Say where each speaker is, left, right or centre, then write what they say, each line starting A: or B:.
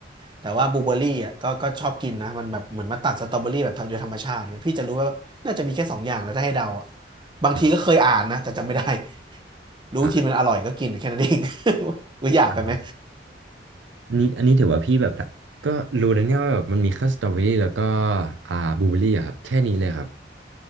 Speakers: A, on the right (about 25°); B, on the right (about 80°).
A: แต่ว่าบลูเบอร์รี่อ่ะก็ก็ชอบกินนะมันแบบเหมือนมาตัดสตรอเบอรี่แบบโดยธรรมชาติเนี่ยพี่จะรู้ว่าน่าจะมีแค่สองอย่างแล้วถ้าให้เดาอ่ะบางทีก็เคยอ่านนะแต่จำไม่ได้
B: อ่า
A: รู้ทีมันอร่อยก็กินแค่นั้นเอง
B: อ่า
A: <laughs> อุ้ยอยากไปไหม
B: ใช่อันนี้อันนี้ถือว่าพี่แบบก็รู้นะเนี่ยว่าแบบมันมีแค่สตรอเบอรี่แล้วก็อ่าบลูเบอรี่อะครับแค่นี้เลยครับ